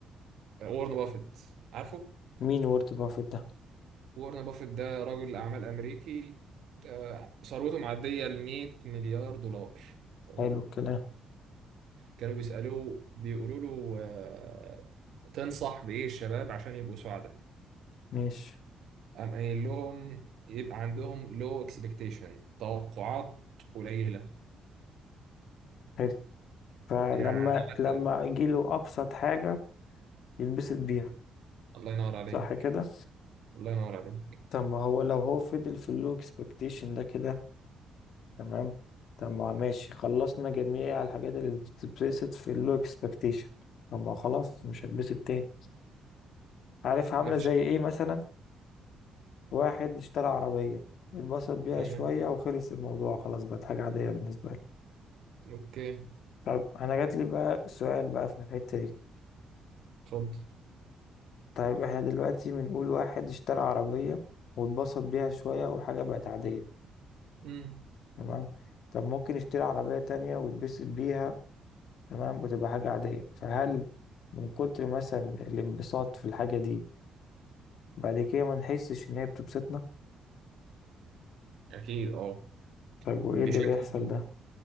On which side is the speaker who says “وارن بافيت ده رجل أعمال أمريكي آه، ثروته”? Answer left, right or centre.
Right